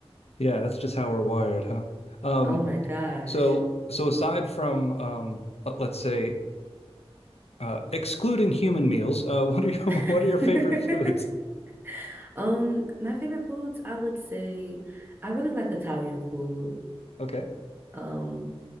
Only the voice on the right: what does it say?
Oh my gosh.
<laughs>
Um, my favorite foods, I would say I really like Italian food.
Um,